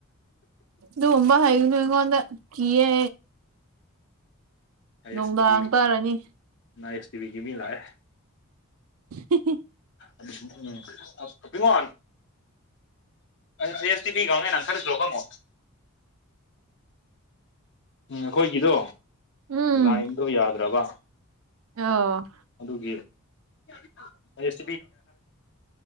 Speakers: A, on the right; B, on the left.
A: ꯑꯗꯨꯒꯨꯝꯕ ꯍꯥꯏꯒꯅꯨ ꯑꯩꯉꯣꯟꯗ ꯀꯤꯌꯦ
B: ꯑꯥꯏ
A: ꯅꯨꯡꯗꯥꯡ
B: ꯑꯦꯁ ꯇꯤ ꯚꯤ
A: ꯇꯥꯔꯅꯤ
B: ꯑꯥꯏ ꯑꯦꯁ ꯇꯤ ꯚꯤꯒꯤ ꯃꯤ ꯂꯥꯛꯑꯦ
A: ꯍꯤ ꯍꯤ
B: <unintelligible> ꯕꯤꯃꯣꯟ <unintelligible> ꯎꯝ ꯑꯩꯈꯣꯏꯒꯤꯗꯣ
A: ꯎꯝ
B: ꯂꯥꯏꯟꯗꯣ ꯌꯥꯗ꯭ꯔꯕ
A: ꯑꯣ
B: ꯑꯗꯨꯒꯤ <unintelligible>